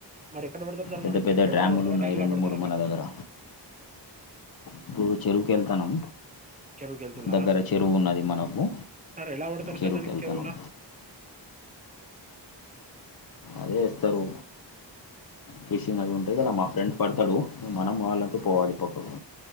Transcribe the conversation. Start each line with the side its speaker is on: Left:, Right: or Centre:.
Right: మరి ఎక్కడ పడతారు సార్
Left: పెద్ద
Right: మరి
Left: పెద్ద
Right: చె- చెరువులో
Left: డ్రాములు
Right: పడతారా
Left: ఉన్నాయి
Right: డ్యామ్లో
Left: రెండు
Right: పడతారా
Left: మూడు మన
Right: మీరు
Left: దగ్గర ఇప్పుడు చెరువుకు వెళ్తానం
Right: చెరువుకి వెళ్తున్నారా
Left: దగ్గర చెరువు ఉన్నది మనకు
Right: సార్ ఎలా పడతారు
Left: చెరువుకి
Right: సార్ దానికి
Left: వెళ్తానం
Right: చెరువులా
Left: అదే వస్తారు ఫిషింగ్ అది ఉంటది కదా మా ఫ్రెండ్ పడతాడు మనం వాళ్ళంత పోవాలి పక్క